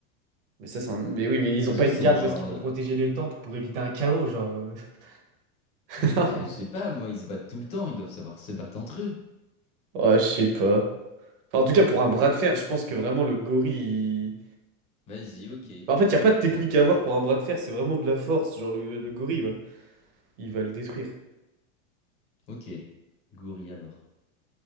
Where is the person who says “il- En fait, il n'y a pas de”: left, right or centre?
Right